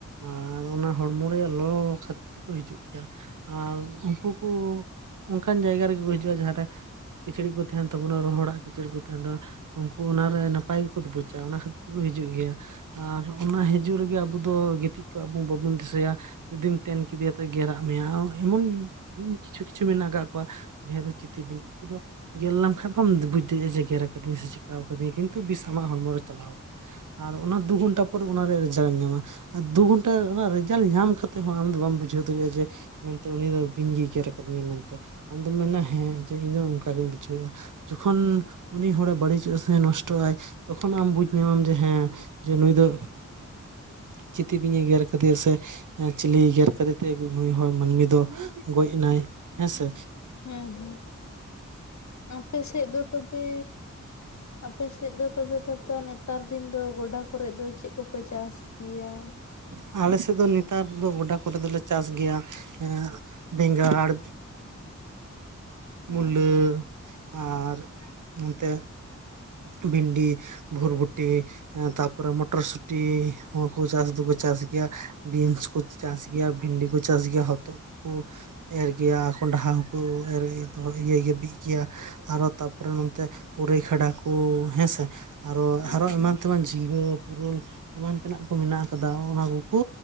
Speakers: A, on the right; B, on the left.
A: ᱟᱨ ᱚᱱᱟ ᱦᱚᱲᱢᱚ ᱨᱮᱭᱟᱜ ᱞᱚᱞᱚ ᱠᱷᱟᱹᱛᱤᱨ ᱛᱮᱠᱚ ᱦᱤᱡᱩᱜ ᱜᱮᱭᱟ ᱟᱨ ᱩᱱᱠᱩ ᱠᱚ ᱚᱱᱠᱟᱱ ᱡᱟᱭᱜᱟ ᱨᱮᱜᱮ ᱠᱚ ᱦᱤᱡᱩᱜᱼᱟ ᱡᱟᱦᱟᱸᱨᱮ ᱠᱤᱪᱨᱤᱡ ᱠᱚ ᱛᱟᱦᱮᱱ ᱛᱟᱵᱚᱱᱟ ᱨᱚᱦᱚᱲᱟᱜ ᱠᱤᱪᱨᱤᱡ ᱠᱚ ᱛᱟᱦᱮᱱ ᱛᱟ ᱩᱱᱠᱩ ᱚᱱᱟᱨᱮ ᱱᱟᱯᱟᱭ ᱜᱮᱠᱚ ᱵᱩᱡᱷᱼᱟ ᱚᱱᱟ ᱠᱷᱟᱹᱛᱤᱨ ᱛᱮᱠᱚ ᱦᱤᱡᱩᱜ ᱜᱮᱭᱟ ᱟᱨ ᱚᱱᱟ ᱦᱤᱡᱩᱜ ᱨᱮᱜᱮ ᱟᱵᱚ ᱫᱚ ᱜᱤᱛᱤᱡ ᱠᱚᱜ ᱟᱵᱚ ᱵᱟᱵᱚᱱ ᱫᱤᱥᱟᱹᱭᱟ ᱡᱩᱫᱤᱢ ᱛᱮᱱ ᱠᱮᱫᱮᱭᱟ ᱛᱚ ᱜᱮᱨᱟᱜ ᱢᱮᱭᱟ ᱮᱢᱚᱱ ᱠᱤᱪᱷᱩ ᱠᱤᱪᱷᱩ ᱢᱮᱱᱟᱜ ᱟᱠᱟᱫ ᱠᱚᱣᱟ ᱡᱟᱦᱟᱸᱭ ᱫᱚ ᱪᱤᱛᱤ ᱵᱤᱧ ᱩᱱᱠᱩ ᱫᱚ ᱜᱮᱨ ᱞᱮᱢᱠᱷᱟᱱ ᱵᱟᱢ ᱵᱩᱡᱽ ᱫᱟᱲᱮᱭᱟᱜᱼᱟ ᱡᱮ ᱜᱮᱨ ᱟᱠᱟᱫᱤᱧᱟ ᱥᱮ ᱪᱟᱞᱟᱣ ᱟᱠᱟᱫᱤᱧᱟ ᱠᱤᱱᱛᱩ ᱵᱮᱥ ᱟᱢᱟᱜ ᱦᱚᱲᱢᱚᱨ ᱨᱮ ᱪᱟᱞᱟᱣ ᱟᱠᱟᱱᱟ ᱟᱨ ᱚᱱᱟ ᱫᱩ ᱜᱷᱚᱱᱴᱟ ᱯᱚᱨ ᱚᱱᱟᱨᱮ ᱨᱮᱡᱟᱞᱴ ᱮᱢ ᱧᱟᱢᱟ ᱟᱨ ᱫᱩ ᱜᱷᱚᱱᱴᱟ ᱨᱮᱡᱟᱞᱴ ᱧᱟᱢ ᱠᱟᱛᱮᱫ ᱦᱚᱸ ᱟᱢ ᱫᱚ ᱵᱟᱢ ᱵᱩᱡᱷᱟᱹᱣ ᱫᱟᱲᱮᱭᱟᱜᱼᱟ ᱡᱮ ᱢᱮᱱᱛᱮ ᱩᱱᱤ ᱫᱚ ᱵᱤᱧᱜᱤ ᱜᱮ ᱜᱮᱨ ᱟᱠᱟᱫᱤᱧᱟ ᱢᱮᱱᱛᱮ ᱟᱢ ᱫᱚᱢ ᱢᱮᱱᱟ ᱦᱮᱸ ᱡᱮ ᱤᱧ ᱫᱚ ᱚᱱᱠᱟᱜᱤᱧ ᱵᱩᱡᱷᱟᱹᱣ ᱮᱼᱟ ᱡᱚᱠᱷᱚᱱ ᱩᱱᱤ ᱦᱚᱲᱮ ᱵᱟᱹᱲᱤᱡ ᱪᱮᱫᱟᱜ ᱥᱮ ᱱᱚᱥᱴᱚᱜ ᱟᱭ ᱛᱚᱠᱷᱚᱱ ᱟᱢ ᱵᱩᱡᱽ ᱧᱟᱢᱟᱢ ᱡᱮ ᱦᱮᱸ ᱱᱩᱭ ᱫᱚ ᱪᱤᱛᱤ ᱵᱤᱧ ᱮ ᱜᱮᱨ ᱟᱠᱟᱫᱮᱭᱟ ᱥᱮ ᱦᱮᱸ ᱪᱤᱞᱤ ᱜᱮᱨ ᱟᱠᱟᱫᱮ ᱛᱮ ᱱᱩᱭ ᱦᱚᱲ ᱢᱟᱹᱱᱢᱤ ᱫᱚ ᱜᱚᱡ ᱮᱱᱟᱭ ᱦᱮᱸᱥᱮ
B: ᱦᱩᱸ ᱦᱩᱸ ᱟᱯᱮ ᱥᱮᱫ ᱫᱚ ᱛᱚᱵᱮ ᱟᱯᱮᱥᱮᱫ ᱫᱚ ᱛᱚᱵᱮ ᱛᱚ ᱱᱮᱛᱟᱨ ᱫᱤᱱ ᱫᱚ ᱜᱚᱰᱟ ᱠᱚᱨᱮᱫ ᱫᱚ ᱪᱮᱫ ᱠᱚᱯᱮ ᱪᱟᱥ ᱜᱮᱭᱟ
A: ᱟᱞᱮ ᱥᱮᱫ ᱫᱚ ᱱᱮᱛᱟᱨ ᱫᱚ ᱜᱚᱰᱟ ᱠᱚᱨᱮ ᱫᱚᱞᱮ ᱪᱟᱥ ᱜᱮᱭᱟ ᱮᱸ ᱵᱮᱸᱜᱟᱲ
B: ᱦᱮᱸ
A: ᱢᱩᱞᱟᱹ ᱟᱨ ᱱᱚᱱᱛᱮ ᱵᱷᱤᱱᱰᱤ ᱵᱷᱚᱨᱵᱩᱴᱤ ᱦᱮᱸ ᱛᱟᱯᱚᱨᱮ ᱢᱚᱴᱚᱨ ᱥᱩᱴᱤ ᱦᱚᱸᱠᱩ ᱪᱟᱥ ᱫᱚᱠᱚ ᱪᱟᱥ ᱜᱮᱭᱟ ᱵᱤᱱᱥ ᱠᱩ ᱪᱟᱥ ᱜᱮᱭᱟ ᱵᱷᱤᱱᱰᱤ ᱠᱚ ᱪᱟᱥ ᱜᱮᱭᱟ ᱦᱚᱛᱚᱫ ᱠᱚᱠᱩ ᱮᱨ ᱜᱮᱭᱟ ᱠᱚᱸᱰᱟ ᱦᱚᱸᱠᱚ ᱮᱨ ᱜᱮᱭᱟ <unintelligible> ᱵᱤᱫ ᱜᱮᱭᱟ ᱟᱨ ᱛᱟᱯᱚᱨᱮ ᱱᱚᱛᱮ ᱯᱩᱨᱟᱭ ᱠᱷᱟᱰᱟ ᱠᱚ ᱦᱮᱸᱥᱮ ᱟᱨᱚ
B: ᱦᱮᱸ
A: ᱟᱨᱚ ᱮᱢᱟᱱ
B: ᱦᱮᱸ
A: ᱛᱮᱢᱟᱱ ᱡᱷᱤᱸᱜᱟᱹ ᱯᱩᱨᱟᱹᱭ ᱮᱢᱟᱱ ᱛᱮᱱᱟᱜ ᱠᱚ ᱢᱮᱱᱟᱜ ᱟᱠᱟᱫᱟ ᱚᱱᱟ ᱠᱚᱠᱚ